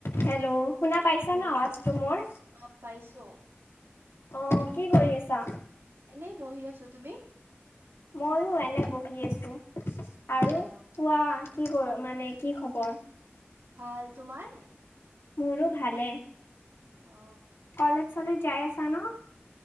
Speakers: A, on the left (about 80°); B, on the right (about 75°).
A: Hello শুনা পাইছা
B: হেল্ল'
A: না আৱাজটো মোৰ
B: অ পাইছো
A: অ কি কৰি আছা
B: এনেই বহি আছো তুমি
A: ময়ো এনে বহি আছো
B: আচ্ছা
A: আৰু কোৱা কি কৰ মানে কি খবৰ
B: ভাল তোমাৰ
A: মোৰো ভালে
B: অ
A: কলেজ চলেজ যাই আছা ন